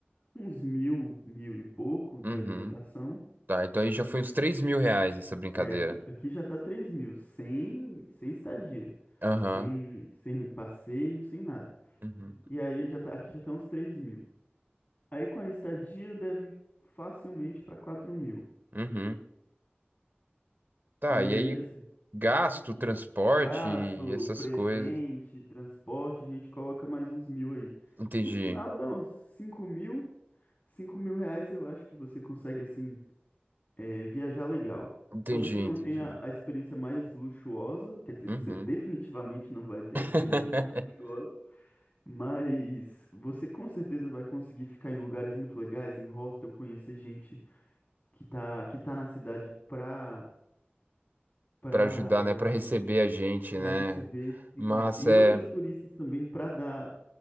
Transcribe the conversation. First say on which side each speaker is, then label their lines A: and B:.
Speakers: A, on the left (about 45°); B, on the right (about 55°).
A: uns mil, mil e pouco de
B: uhum.
A: alimentação.
B: Tá, então aí já foi uns três mil reais essa brincadeira.
A: É, aqui, aqui já tá 3 mil, sem, sem estadia,
B: Aham,
A: sem, sem passeio, sem nada.
B: uhum,
A: E aí já tá, aqui já tá uns 3 mil. Aí com a estadia deve facilmente para 4 mil.
B: uhum. Tá,
A: E aí,
B: e aí
A: assim,
B: gasto, transporte
A: gasto,
B: e essas
A: presente,
B: coisas.
A: transporte, a gente coloca mais uns mil aí.
B: Entendi.
A: No final dá uns 5 mil. cinco mil reais eu acho que você consegue, assim, eh, viajar legal.
B: Entendi,
A: Talvez você não
B: entendi.
A: tenha a experiência mais luxuosa, quer dizer,
B: Uhum.
A: você definitivamente não vai ter
B: <laughs>
A: a experiência mais luxuosa, mas você com certeza vai conseguir ficar em lugares muito legais, em hostel, conhecer gente que tá, que tá na cidade pra para
B: Para ajudar, né? Para receber a gente,
A: para
B: né?
A: receber e,
B: Mas
A: e
B: é.
A: outros turistas também para dar